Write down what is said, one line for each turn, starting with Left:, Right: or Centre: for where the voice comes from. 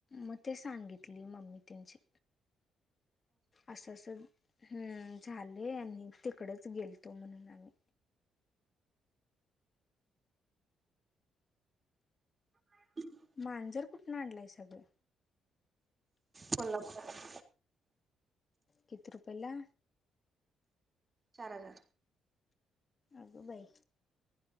Left: म ते सांगितली मम्मी त्यांची असं असेल हम्म झाले आणि तिकडच गेलतो म्हणून आम्ही.
Right: ह <inaudible>
Left: मांजर कुठूनं आणलाय सगळं?
Right: कोल्हापुरात
Left: किती रुपयला?
Right: चार हजार
Left: अगं बाई